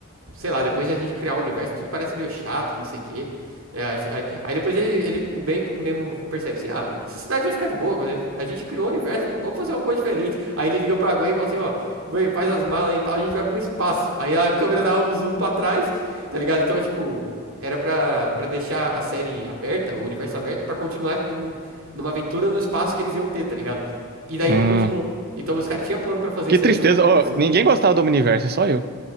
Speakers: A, on the right; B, on the right.
A: sei lá, depois de a gente criar um universo, tudo parece meio chato, que não sei o quê. né? Acho- aí, aí depois ele, ele- o bem mesmo percebe assim, ah, essa cidade vai ficar de boa, né? A gente criou um universo, vamos, vamos fazer uma coisa diferente. Aí ele liga pra Gwen e fala assim, ó, Gwen, faz as malas aí e tal, a gente vai pro espaço. Aí a câmera dá um zoom pra trás, tá ligado? Então, tipo, era pra, pra deixar a série aberta, o universo aberto, pra continuar em num- numa aventura no espaço que eles iam ter, tá ligado? E daí
B: Hum,
A: não continuou. Então os caras tinham plano pra fazer
B: que
A: isso
B: tristeza.
A: aí e não, não
B: Ó,
A: aconteceu.
B: ninguém gostava do Omniverse, só eu.